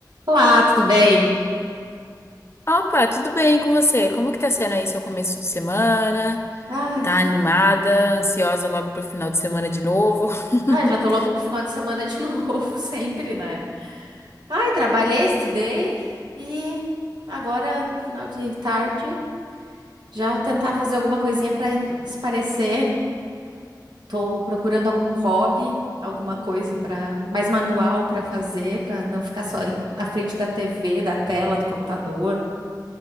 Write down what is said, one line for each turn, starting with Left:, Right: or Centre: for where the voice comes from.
Right: Olá, tudo bem?
Left: Opa, tudo bem com você? Como que tá sendo aí seu começo de semana?
Right: Ai,
Left: Tá animada, ansiosa logo pro final de semana de novo? <laughs>
Right: Ai, já tô louca pro final de semana de <laughs> novo, sempre, né? Ai, trabalhei, estudei e agora, final de tarde, já tentar fazer alguma coisinha pra espairecer. Tô procurando algum hobby, alguma coisa para mais manual pra fazer, pra não ficar só em- na frente da TV, da tela, do computador.